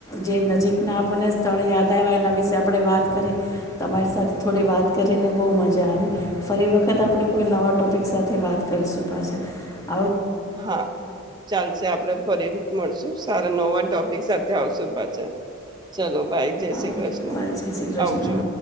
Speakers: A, on the left; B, on the right.
A: જે નજીકના આપણને સ્થળ યાદ આવ્યા એના વિશે આપણે વાત કરી તમારી સાથે થોડી વાત કરીને બહુ મજા આવી ફરી વખત આપણે કોઈ નવા ટોપિક સાથે વાત કરીશું. પાછ <inaudible>
B: હા ચાલ <unintelligible> આપડણે ફરી મળશું સારા નવા ટોપિક સાથે આવશુ પાછા ચલો ભાઈ. જય
A: આવજો
B: શ્રી કૃષ્ણ
A: બાય જય શ્રી કૃષ્ણ
B: આવજો.